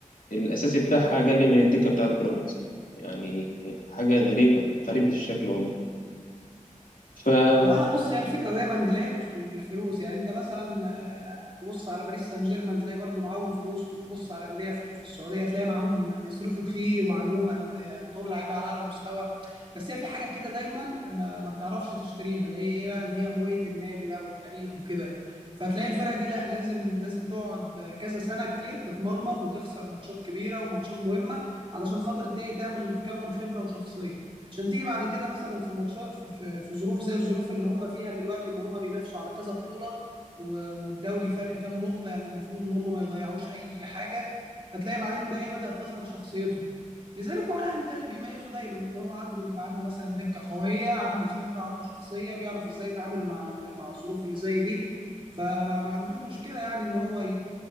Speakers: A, on the left (about 80°); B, on the right (about 40°).
A: الأساسي بتاعها أقل من الدكة بتاعت بيراميدز يعني حاجة غريبة غريبة الشكل والله ف <laughs>
B: ما هو انا بص هي الفكره دايما تلاقيها مش مش بالفلوس يعني انت مثلا آه، تبص على باريس سان جيرمان تلاقي برضو معاهم فلوس وتبص على انديه في في السعوديه تلاقي معاهم بيصرفوا كتير وعندهم أند- عندهم لعيبه على اعلى مستوى بس هي في حاجه كده دايما ما, ما بتعرفش تشتريها اللي هي ايه بقى اللي هي هويه النادي بقى والتاريخ وكده فتلاقي الفرقه دي لا لازم لازم تقعد كذا سنه كتير تتمرمط وتخسر ماتشات كبيره وماتشات مهمه علشان خاطر دي تعمل تكون خبره وشخصيه عشان تيجي بعد كده مثلا في ماتشات في, في في ظروف زي الظروف اللي هم فيها دلوقتي ان هم بينافسوا على كذا بطولة و- والدوري فرق كام نقطة يعني المفروض ان هم ما يضيعوش اي حاجة فتلاقي بعدين بقى ايه بدأت تظهر شخصيتهم لذلك هو الاهلي ده اللي بيميزه دايما ان هو عنده بيبقى عنده مثلا دكة قوية عنده خبرة عنده شخصية بيعرف ازاي يتعامل مع ال- مع الظروف اللي زي دي فما ما عندوش مشكلة يعني ان هو ي-